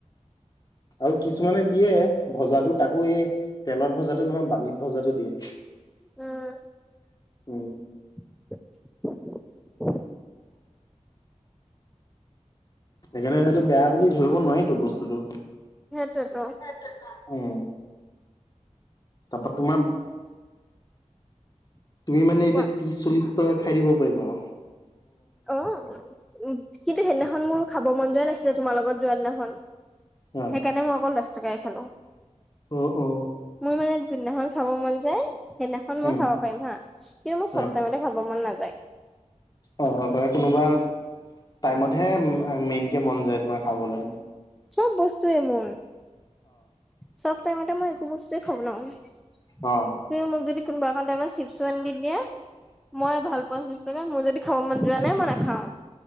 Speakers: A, on the left; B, in the centre.
A: আৰু কিছুমানে দিয়ে ভজাটো তাকো এই তেলত ভজাটো নহয় বালিত ভজাটো দিয়ে।
B: উম।
A: উম
B: <inaudible>
A: সেইকাৰণে সেতো বেয়া বুলি ধৰিব নোৱাৰিতো বস্তুটো
B: সেইটোৱে টো
A: সেইটোৱে এটা উম তাপা তোমা তুমি মানে এতিয়া
B: কোৱা
A: ত্ৰিশ চল্লিশ টকা খাই দিব পাৰিবা আও
B: অ উ কিন্তু সেইদিনাখন মোৰ খাব মন যোৱা নাছিলে তোমাৰ লগত যোৱা দিনাখন
A: অ
B: সেইকাৰণে মই অকল দছ টকাই খালোঁ।
A: অ অ।
B: মোৰ মানে যোনদিনাখন খাব মন যায় সেইদিনাখন
A: উম
B: মই খাব পাৰিম হা, কিন্তু মোৰ চব
A: অ
B: টাইমতে খাব মন নাযায়।
A: অ কোনোবা টাইমত হে মেইনকে মন যায় তোমাৰ খাবলৈ।
B: চব বস্তুয়ে মোৰ। সব টাইমতে মই একো বস্তুৱে খাব নোৱাওঙ
A: অ অ
B: তুমি মোক যদি কোনবা এখন টাইমত চিপচু আনি দিয়া মই ভাল পোৱা চিপচ কেইটা মোৰ যদি খাব মন যোৱা নাই মই নেখাওঁ।